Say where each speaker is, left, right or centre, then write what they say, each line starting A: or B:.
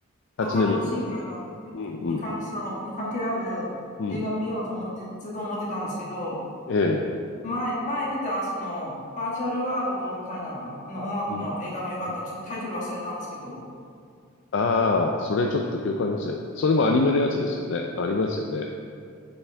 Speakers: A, on the left (about 60°); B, on the left (about 40°).
A: 初音ミクですね。
B: ボカロシンガーの、にに関その、
A: うん、うん、
B: に関係ある映画見ようと思って、
A: うん。
B: ずっと思ってたんですけど、
A: ええ。
B: 前、前見た、その、バーチャルワールドみたいなの、あの音楽の映画も良かったんで、
A: うん。うん
B: ちょっとタイトル忘れたんですけど、
A: ああ、それちょっと記憶ありません。それもアニメのやつですよね。ありますよね。